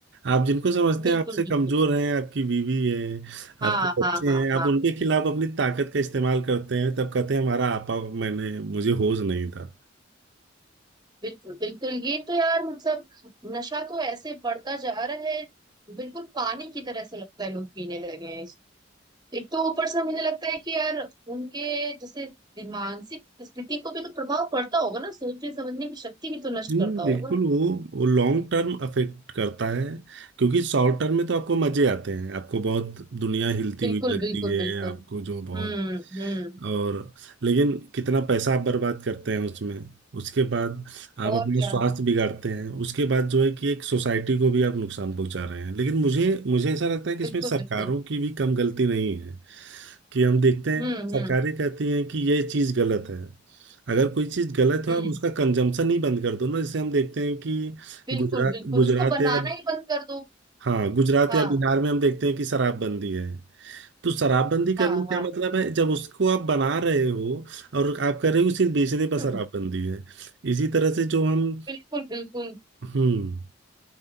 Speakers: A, on the right (about 65°); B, on the right (about 20°).
A: आप जिनको समझते
B: बिल्कुल
A: हैं आपसे
B: बिल्कुल
A: कमजोर हैं आपकी बीवी है
B: हाँ
A: आपके बच्चे
B: हाँ हाँ
A: हैं
B: हाँ
A: आप उनके खिलाफ अपनी ताकत का इस्तेमाल करते हैं तब कहते हैं हमारा आपा मैंने मुझे होश नहीं था
B: बिल्कुल बिल्कुल ये तो यार मतलब नशा तो ऐसे बढ़ता जा रहा है बिल्कुल पानी की तरह से लगता है लोग पीने लगे हैं एक तो ऊपर से मुझे लगता है कि यार उनके जैसे मानसिक स्थिति को भी तो प्रभाव पड़ता होगा ना सोचने समझने की शक्ति भी तो नष्ट
A: नहीं
B: करता होगा
A: बिल्कुल वो वो लॉन्ग टर्म अफेक्ट करता है क्योंकि शॉर्ट टर्म में तो आपको मजे आते हैं आपको बहुत दुनिया हिलती
B: बिल्कुल
A: हुई लगती
B: बिल्कुल
A: है
B: बिल्कुल
A: आपको जो बहुत
B: हम्म हम्म
A: और लेकिन कितना पैसा आप बर्बाद करते हैं उसमें उसके बाद
B: और
A: आप अपने
B: क्या
A: स्वास्थ्य बिगाड़ते हैं उसके बाद जो है कि एक सोसाइटी को भी आप नुकसान पहुंचा रहे हैं लेकिन मुझे मुझे ऐसा लगता है कि
B: बिल्कुल
A: इसमें सरकारों
B: बिल्कुल
A: की भी कम गलती नहीं है कि हम देखते हैं
B: हम्म
A: सरकारें
B: हम्म
A: कहती हैं कि ये चीज़ गलत है अगर कोई चीज गलत हो
B: हम्म
A: आप उसका कंजम्पशन ही बंद कर दो ना जैसे हम देखते हैं कि
B: बिल्कुल
A: गुजरात
B: बिल्कुल
A: गुजरात
B: उसको बनाना
A: या
B: ही बंद कर दो
A: हाँ गुजरात
B: हाँ
A: या बिहार में हम देखते हैं कि शराबबंदी है तो शराबबंदी करने
B: हाँ हाँ
A: का मतलब है जब उसको आप बना रहे हो और आप कर रहे हो सिर्फ बेचने पर
B: हम्म,
A: शराबबंदी है इसी तरह से जो हम
B: बिल्कुल बिल्कुल
A: हम्म